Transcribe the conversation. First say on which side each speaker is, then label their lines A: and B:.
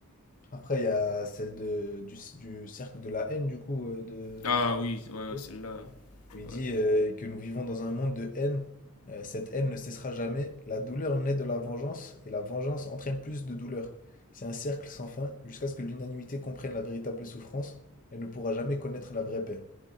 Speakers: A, on the left; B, on the left.
A: Après, il y a celle de, du, du cercle de la haine, du coup, euh, de,
B: Ah oui, ouais,
A: de-
B: ouais, celle-là.
A: où il
B: Ouais.
A: dit euh, que nous vivons dans un monde de haine. Euh, cette haine ne cessera jamais. La douleur naît de la vengeance et la vengeance entraîne plus de douleur. C'est un cercle sans fin jusqu'à ce que l'unanimité comprenne la véritable souffrance. Elle ne pourra jamais connaître la vraie paix.